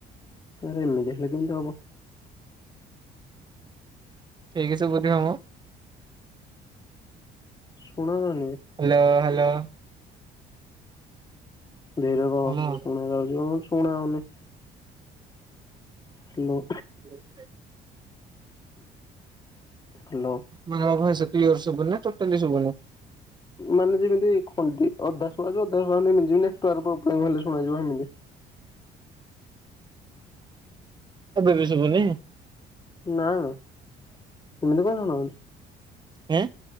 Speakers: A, on the left; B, on the right.
A: ଆରେ ଏମିତି ହେଲେ କେମିତି ହବ।
B: ଠିକ ଶୁଭୁଥିବ ମୋ।
A: ଶୁଣା ଯାଉନି।
B: Hello hello.
A: ଧୀରେ କହ
B: ହ୍ୟାଲୋ
A: ଶୁଣାଯାଉଛି କ ଶୁଣା ଯାଉନି। ହାଲୋ।
B: ହୁଁ। <inaudible>
A: ହାଲୋ।
B: ମୋର ଭଏସ କ୍ଲିୟର ଶୁଭୁନି ନା ଟୋଟାଲି ଶୁଭୁନି।
A: ମାନେ ଯେମିତି ଖଣ୍ଡି ଅଧା ସୁଭାଯାଉ ଅଧା ଶୁଭା ଯାଉନି ନା। ତରବର୍ ହେଲେ ଶୁଣାଯିବ ଏମିତି।
B: ଏବେ ବି ଶୁଭୁନି?
A: ନା ଏମିତି କଣ ଶୁଣାଯାଉଛି?
B: ହଁ।